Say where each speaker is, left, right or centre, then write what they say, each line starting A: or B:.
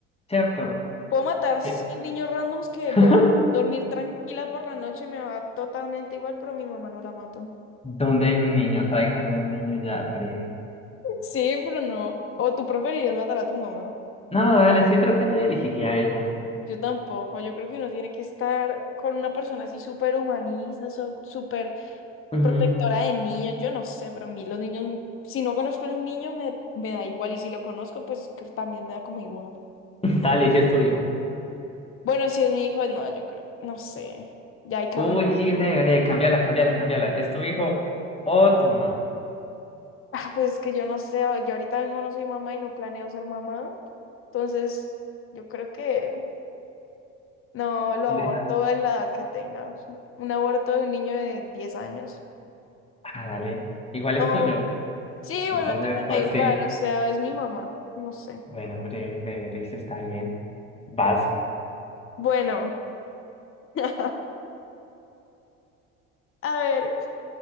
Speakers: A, on the left; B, on the left.
A: ¿Cierto?
B: Puedo matar
A: ¿Qué?
B: 100 niños randoms que
A: <laughs>
B: voy a dormir tranquila por la noche, me va totalmente igual, pero a mi mamá no la mato.
A: ¿Dónde hay un niño? Tráigame un niño ya breve.
B: Sí, pero no. O tú preferirías matar a tu mamá.
A: No, dale, es que creo que nadie elegiría esa.
B: Yo tampoco. Yo creo que uno tiene que estar con una persona así súper humanista, so- súper
A: Ujú.
B: protectora de niños. Yo no sé, pero a mí los niños, si no conozco al niño, me, me da igual. Y si lo conozco, pues creo que también me da como igual.
A: <laughs> Dale, si es tu hijo.
B: Bueno, si es mi hijo, no, yo creo, no sé. Ya ahí cambió
A: Uy, sí, breve, breve, cambiala, cambiala, cambiala. ¿Es tu hijo o tu mamá?
B: Ah, pues es que yo no sé, ah, yo ahorita mismo no soy mamá y no planeo ser mamá. Entonces, yo creo que no lo
A: De-
B: aborto en la edad que tenga. Un aborto de un niño de 10 años.
A: Ah, dale. Igual
B: No.
A: es tuyo.
B: Sí, igualmente
A: Entonces,
B: me
A: pues
B: da igual,
A: sí.
B: o sea, es mi mamá, no sé.
A: Bueno, breve, breve, listo, está bien. Vas.
B: Bueno, <laughs> a ver,